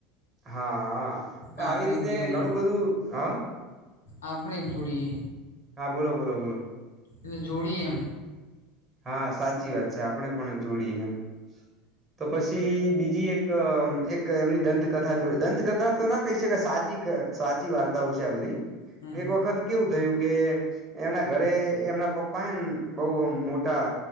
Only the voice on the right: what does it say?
હા હા
આવી રીતે
ઘણું બધું હા.
હા બોલો બોલો બોલો.
હા સાચી વાત છે આપણે પણ જોડીએ એમ. તો પછી બીજી એક એક એમની દંતકથા જોડે દંતકથા તો ના કહી શકે સાચી ઘ સાચી વાર્તાઓ છે આ બધી.
એક વખત કેવું થયું કે એમના ઘરે એમના પપ્પા એ બઉ મો મોટા